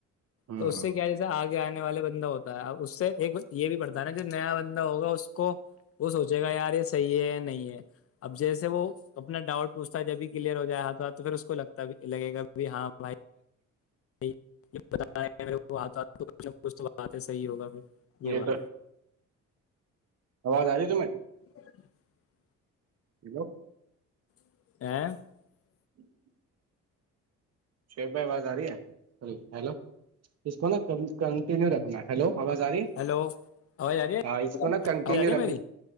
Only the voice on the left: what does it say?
تو اس سے کیا جس آگے آنے والے بندہ ہوتا ہے ا اس سے ایک یہ بھی پڑتا ہے نا جو نیا بندہ ہوگا اس کو وہ سوچے گا یار یہ صحیح ہے نہیں ہے اب جیسے وہ اپنا ڈاؤٹ پوچھتا ہے جب بھی کلیئر ہو جائے ہاتھ ہاتھ تو پھر اس کو لگتا بھی لگے گا بھی ہاں بھائیاتھ پوچھ توات ہے صحیح ہوگا پھر
جی
بار
<inaudible>
<inaudible>
ہیلو آواز آ رہی ہے
آواز آ رہی ہے میری